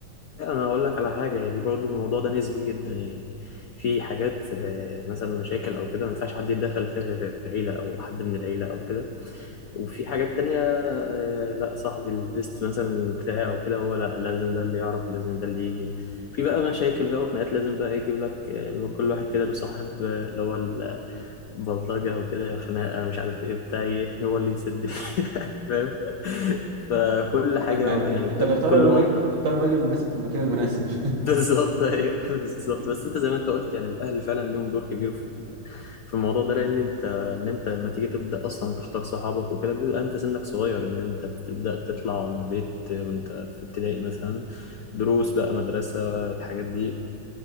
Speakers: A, on the left (about 80°); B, on the right (about 80°).
A: لا انا اقول لك على حاجه يعني برضو الموضوع ده نسبي جدا يعني في حاجات آه، مثلا مشاكل او كده ما ينفعش حد يتدخل فيها غير العيله او حد من العيله او كده وفي حاجات تانية آه، لا صاحب البيست مثلا بتاعي او كده هو لا لازم ده اللي يعرف لازم ده اللي يجي في بقى مشاكل بقى وخناقات لازم بقى يجيب لك آه، كل واحد كده له صاحب آه، اللي هو البلطجة او كده خناقة مش عارف ايه بتاع ايه هو اللي يسد فيها <laughs> فاهم فكل
B: بالظبط. <laughs>
A: حاجة
B: يعني
A: يعني
B: انت
A: فاهم
B: بتختار
A: كل
B: الراجل
A: موقف
B: بتختار الراجل المناسب في المكان المناسب
A: بالظبط ايوه <laughs> بالظبط
B: <laughs>
A: بس انت زي ما انت قلت يعني الاهل فعلا ليهم دور كبير في ال- في الموضوع ده لان انت ان انت لما تيجي تبدا اصلا تختار صحابك وكده بيبقى انت سنك صغير ان انت بتبدا تطلع من البيت وانت في ابتدائي مثلا دروس بقى مدرسه الحاجات دي